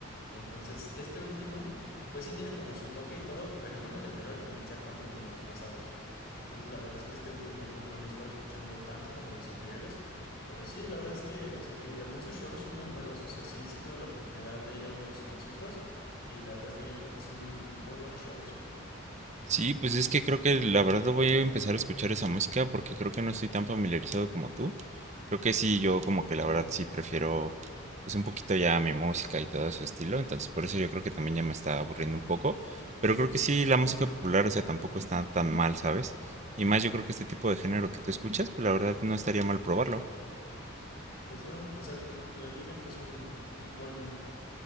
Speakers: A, on the left; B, on the right.
A: Entonces, este último, pues sí tiene como su toque y todo, pero no me terminó de convencer tanto como los pasados. Entonces, la verdad es que este último álbum no lo he estado escuchando tanto como los anteriores, pero sí, la verdad es que, o sea, te digo, también sus shows son muy buenos. O sea, sí, sí tuve la oportunidad de ir a uno de sus conciertos y la verdad es que yo creo que son muy buenos shows.
B: Sí, pues es que creo que la verdad voy a empezar a escuchar esa música porque creo que no estoy tan familiarizado como tú. Creo que sí, yo como que la verdad sí prefiero pues un poquito ya mi música y todo ese estilo, entonces por eso yo creo que también ya me está aburriendo un poco, pero creo que sí, la música popular, o sea, tampoco está tan mal, ¿sabes? Y más yo creo que este tipo de género que tú escuchas, pues la verdad no estaría mal probarlo.
A: Pues no, o sea, yo creo que es un, un buen